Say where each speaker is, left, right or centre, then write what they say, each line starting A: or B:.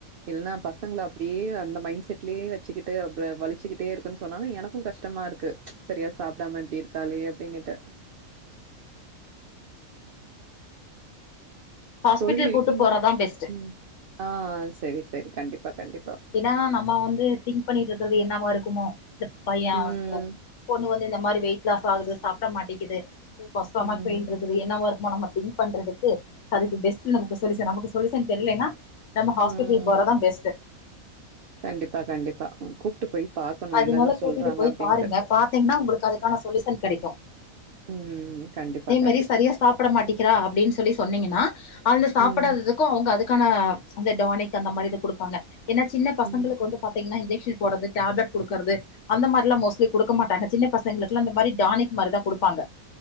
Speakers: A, on the right; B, on the left.
A: இல்லன்னா பசங்கள அப்டியே அந்த மைண்ட் செட்லயே வெச்சுகிட்டு அப்புறோ விலுச்சுக்கிட்டே இருக்குன்னு சொன்னாலு எனக்கு கஷ்டமா இருக்கு சரியா சாப்டாம இப்டி இருக்காலே அப்டீனுட்டு
B: ஹாஸ்பிட்டல்
A: தோழி இருக்கீங்களா
B: கூட்டு போறதா பெஸ்ட்
A: ம் ஆ ஆ சேரி சேரி கண்டிப்பா கண்டிப்பா
B: ஏன்னா நம்ம வந்து திங்க் பண்ணிட்டு இருக்கிறது என்னவா இருக்குமோ இந்த பைய
A: ம்.
B: பொண்ணு வந்து இந்த மாரி வெயிட் லாஸ் ஆகுது சாப்படக்ஷ மாட்டேங்குது ஸ்டொமக்
A: ம்.
B: பெயின் இருக்குது என்னவா இருக்குமோ நம்ம திங்க் பண்றதுக்கு அதுக்கு பெஸ்ட்டு நமக்கு சொலிசன் நமக்கு சொலிசன் தெர்லன்னா நம்ம ஹாஸ்பிட்டல்
A: ம்.
B: போறதா பெஸ்ட்டு
A: கண்டிப்பா கண்டிப்பா உ கூப்ட்டு போய் பாக்கணு
B: அதுனால
A: என்னதா
B: கூட்டிட்டு
A: சொல்றாங்க
B: போய்
A: அப்டின்ட்டு.
B: பாருங்க பாத்தீங்கன்னா உங்களுக்கு அதுக்கான சொல்யூஷன் கெடைக்கு
A: ம் கண்டிப்பா கண்
B: இது சரியா சாப்ட மாட்டேங்குறா அப்டின்னு சொல்லி சொன்னீங்கன்னா அதுல சாப்டாததுக்கு
A: ம்.
B: அவங்க அதுக்கான அந்த டானிக் அந்த மாரி இது கொடுப்பாங்க ஏன்னா சின்ன பசங்களுக்கு
A: ம்.
B: வந்து பாத்தீங்கன்னா இன்ஜெக்ஷன் போட்றது டேப்லட் கொடுக்குறது அந்த மாரி எல்லா மோஸ்லி கொடுக்க மாட்டாங்க சின்ன பசங்களுக்குலா அந்த மாரி டானிக் மாரி தா கொடுப்பாங்க